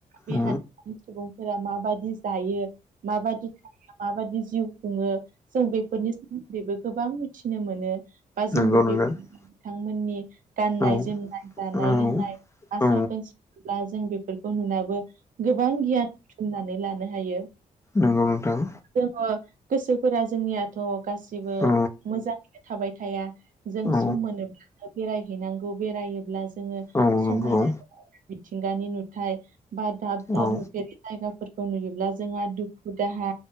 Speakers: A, on the right; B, on the left.
A: बे
B: औ
A: हाद सुबुंफोरा माबाददि जायो माबाददि थाङो माबाददि जिउ खुङो। जों बेफोरनि सोमोन्दैबो गोबां मिथिनो मोनो बा
B: नंगौ
A: जोंबो
B: नोंथां
A: बे बिथांमोननि गाननाय
B: औ
A: जोमनाय।
B: औ
A: जानाय लोंनाय आरो
B: औ
A: साखोन सिखोब्ला जों बेफोरखौ नुनाबो। गोबां गियानथुमनानै लानो हायो।
B: नंगौ नोंथां
A: जोङो गोसोफोरा जोंनियाथ गासिबो
B: औ
A: मोजाङैनो थाबाय थाया जों
B: औ
A: सम मोनोब्लानो बेरायहैनांगौ बेरायोब्ला। जोङो
B: औ नंगौ
A: समायना मिथिंगानि नुथाय बा दाब दाब
B: औ
A: नुफेर जायगाफोरखौ नुयोब्ला जोंहा दुखु दाहा